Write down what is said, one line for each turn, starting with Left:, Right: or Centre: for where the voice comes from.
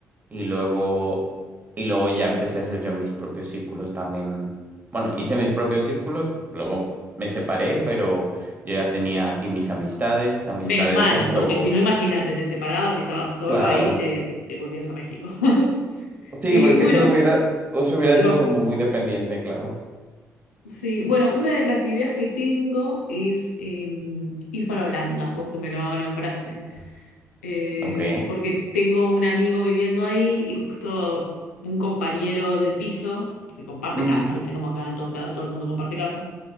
Right: y luego, y luego ya empecé a hacer yo mis propios círculos también. Bueno,
Left: Ah.
Right: hice mis propios círculos, luego me separé, pero... Yo ya tenía aquí mis amistades, amistades
Left: Menos mal,
Right: tanto,
Left: porque si no, imagínate, te separabas y estabas solo
Right: claro.
Left: ahí, te, te volvías a México. <laughs>
Right: Sí,
Left: Y
Right: porque
Left: bueno,
Right: eso hubiera, eso hubiera
Left: pero,
Right: sido como muy dependiente, claro.
Left: sí, bueno, una de las ideas que tengo es em, ir para Holanda, vos que me lo nombraste. eh,
Right: Ok.
Left: porque tengo un amigo viviendo ahí y justo un compañero del piso, que comparte
Right: Ujú,
Left: casa, viste como acá en todos lados todo el mundo comparte casa,